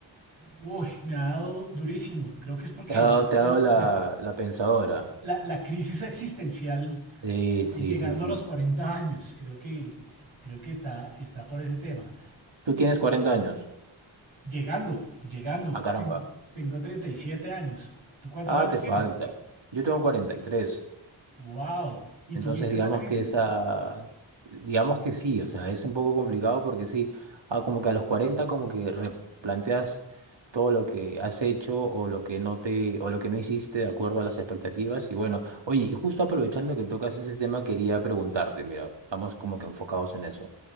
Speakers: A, on the right; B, on the right.
A: Uy, me ha dado durísimo. Creo que es porque
B: Te ha dado,
A: ya estoy,
B: te ha dado la,
A: es-
B: la pensadora.
A: la, la crisis existencial
B: Sí, sí,
A: eh, llegando
B: sí, sí.
A: a los 40 años. Creo que, creo que está, está por ese tema.
B: Tú tienes 40 años.
A: Llegando, llegando.
B: Ah, caramba.
A: Ten- Tengo 37 años. ¿Tú cuántos
B: Ah,
A: años
B: te
A: tienes?
B: falta. Yo tengo 43.
A: Wow. ¿Y
B: Entonces,
A: tuviste
B: digamos
A: esa crisis?
B: que esa, digamos que sí, o sea, es un poco complicado porque sí, ah, como que a los 40 como que replanteas todo lo que has hecho o lo que no te, o lo que no hiciste de acuerdo a las expectativas. Y bueno, oye, y justo aprovechando que tocas ese tema, quería preguntarte, mira, estamos como que enfocados en eso.